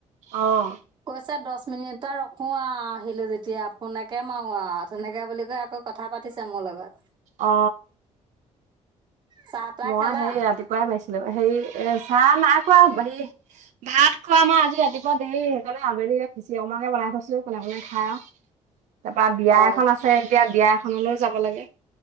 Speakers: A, on the right; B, on the right.
A: অ'।
B: কৈছে দহ মিনিট এটা। শো আহ আহিলো যেতিয়া ফোনকে মাৰো আহ সেনেকে বুলি কৈ আকৌ কথা পাতিছে মোৰ লগত।
A: অ।
B: চাহ তাহ
A: মই
B: খালা
A: সেই ৰাতিপুৱাই মাৰিছিলো হেৰি এ চাহ নাই খোৱা হেৰি। ভাত খোৱা আমাৰ আজি ৰাতিপুৱা দেৰি সেইকাৰণে আবেলি এই খিচিৰি অকমান বনাই থৈছিলোঁ কোনে কোনে খাই আৰু। তাৰপৰা বিয়া
B: অ
A: এখন আছে এতিয়া বিয়া এখনলৈও যাব লাগে।